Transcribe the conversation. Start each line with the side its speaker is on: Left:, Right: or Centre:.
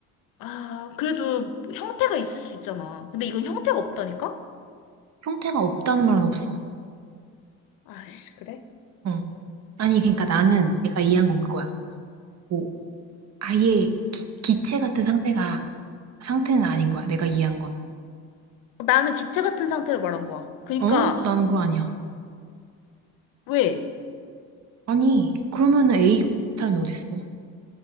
Left: 아 그래도 형태가 있을 수 있잖아. 근데 이건 형태가 없다니까?
Right: 형태가 없다는 말은 없어.
Left: 아씨 그래?
Right: 어. 아니, 그러니까 나는 내가 이해한 건 그거야. 뭐, 아예 기, 체 같은 상태가, 상태는 아닌 거야. 내가 이해한 건.
Left: 나는 기체 같은 상태를 말한 거야. 그러니까
Right: 어? 나는 그거 아니야.
Left: 왜?
Right: 아니, 그러면은 A 사람이 어딨어?